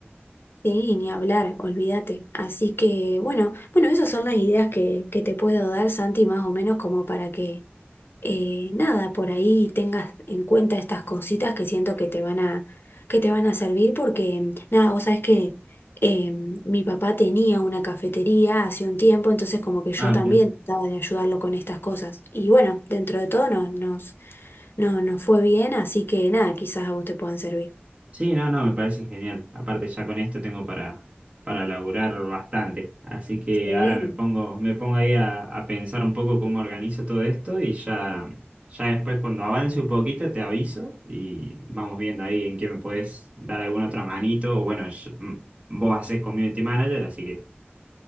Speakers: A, on the left; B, on the right.
A: Sí, ni hablar, olvídate. Así que, bueno, bueno, esas son las ideas que, que te puedo dar, Santi, más o menos como para que eh, nada, por ahí tengas en cuenta estas cositas que siento que te van a, que te van a servir porque, nada, vos sabés que eh, mi papá tenía una cafetería hace un tiempo, entonces como que yo
B: Ah,
A: también
B: mira.
A: trataba de ayudarlo con estas cosas. Y bueno, dentro de todo no, nos, no, nos fue bien, así que nada, quizás a vos te puedan servir.
B: Sí, no, no, me parece genial. Aparte ya con esto tengo para, para laburar bastante. Así que
A: Sí,
B: ahora me pongo, me pongo ahí a, a pensar un poco cómo organizo todo esto y ya, ya después cuando avance un poquito te aviso y vamos viendo ahí en qué me puedes dar alguna otra manito. O bueno, yo- m- vos haces community manager, así que